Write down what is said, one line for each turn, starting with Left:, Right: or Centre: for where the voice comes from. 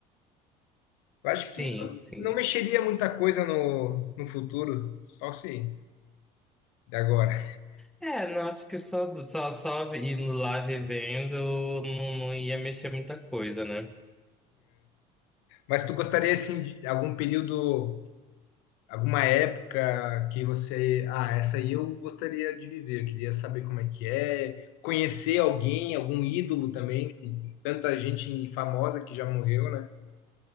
Left: Eu acho
Centre: Sim,
Left: que não,
Centre: sim.
Left: não mexeria muita coisa no, no futuro, só se de agora.
Centre: É, não, acho que só, só, só indo lá vivendo não, não ia mexer muita coisa, né?
Left: Mas tu gostaria, assim, de algum período, alguma época que você. Ah, essa aí eu gostaria de viver, eu queria saber como é que é, conhecer alguém, algum ídolo também, que tanta gente famosa que já morreu, né?